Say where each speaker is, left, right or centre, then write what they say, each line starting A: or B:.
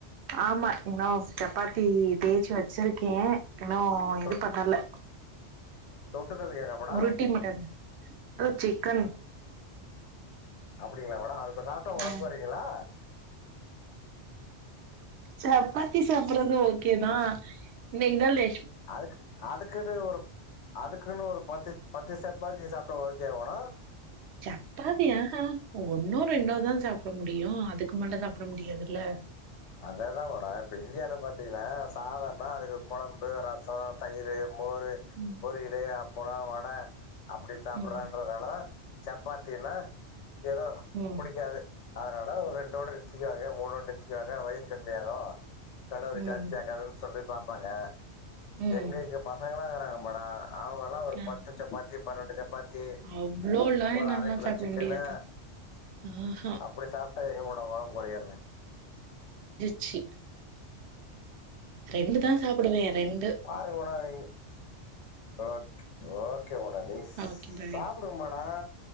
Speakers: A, on the right; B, on the left.
A: ஆமா இன்னும் சப்பாத்தி தேய்ச்சு வச்சிருக்கேன் இன்னும் இது
B: சொ
A: பண்ணல
B: தொட்டுக்கிறதுக்கு என்ன மேடம்
A: உருட்டி ம டன் ஓ சிக்கன்
B: அப்டிங்களா மேடம் அது சாப்ட்டா உடம்பு
A: ம்
B: குறையுங்களா
A: சப்பாத்தி சாப்பறது ஓகே தான் இன்னிக்குதான் லெ
B: அதுக்கு அதுக்குன்னு ஒரு அதுக்குன்னு ஒரு பத்து பத்து சப்பாத்தி சாப்ட்டா ஓகே வா மேடம்
A: சப்பாத்தி ஆஹா ஒன்னோ ரெண்டோ தான் சாப்புட முடியும் அதுக்கு மேல சாப்ட முடியாதுல்ல
B: அததா மேடம் இப்ப இந்தியாவுல பாத்தீங்கன்னா சாதம்னா அதுக்கு கொழம்பு ரசோ தயிரு மோர்
A: ம்
B: பொரிலு அப்பலம் வட அப்டி சாப்பறான்ற
A: ம்,
B: இருந்தாலும் சப்பாத்தினா ஏதோ
A: ம்
B: நிக்காது அதனால ஒரு ரெண்டோட நித்திக்குவாங்க மூணோட நித்திக்குவாங்க வயிறு கம்மியா ஆகும் கல்லூரி
A: ம்,
B: ஜாஸ்திய ஆகாதுன்னு சொல்லி பாப்பாங்க
A: ம்.
B: எங்க இங்க பசங்களா இருக்கறாங்க படா அவுங்கல்லா ஒரு
A: அ
B: பத்து சப்பாத்தி பன்னெண்டு சப் ப்பாத்தி
A: அவ்ளோலாம்
B: ஒரு
A: என்னாலலாம்
B: அர கிலோ
A: சாப்பிட
B: சிக்கன்னு
A: முடியாது. ஆஹா
B: அப்டி சாப்ட்டா எங்க மேட ஒடம்பு குறையறது
A: பிச்சீ ரெண்டு தான் சாப்பிடுவேன் ரெண்டு
B: பாரு ஓடாதிங் ஓக் ஓக்கே மேடோ நீ
A: ஓகே பை.
B: சாப்புடுங்க மேடோ